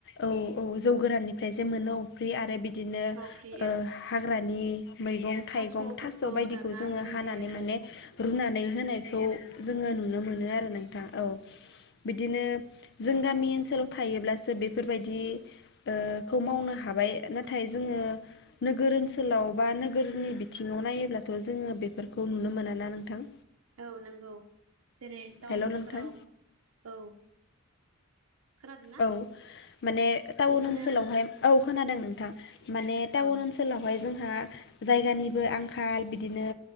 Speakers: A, on the left (about 55°); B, on the right (about 80°).
A: औ औ जौ गोराननिफ्राय जे मोनो अफ्रि आरो बिदि दिनो
B: माफ्रि
A: ओ
B: ओं
A: हाग्रानि मैगं थाइगं
B: थास'फोरखौ
A: थास' बायदिखौ
B: दानना
A: जोंङो
B: होनाय
A: हानानै
B: जायो आरो
A: माने
B: ओं
A: रुनानै होनायखौ
B: होनाय जायो
A: जोंङो नुनो मोनो आरो नोंथां। औ बि दिनो जों गामि ओनसोलाव थायोब्लासो बे बेफोरबायदि ओ खौ मावनो हाबाय नाथाय जोङो नोगोर ओनसोलाव बा नोगोरनि बिथिङाव नायोब्लाथ' जोङो बेफोरखौ नुनो मोना ना नोंथां।
B: औ नंगौ। जेरै टाउनफोराव
A: हेल' नोंथां
B: औ खोनादों ना
A: औ माने टाउन
B: बिदिनो
A: ओनसोलावहाय
B: उम
A: औ खोनादों नोंथां। माने टाउन
B: औ
A: ओनसोलावहाय जों हा जायगानिबो आंखाल बिदिनो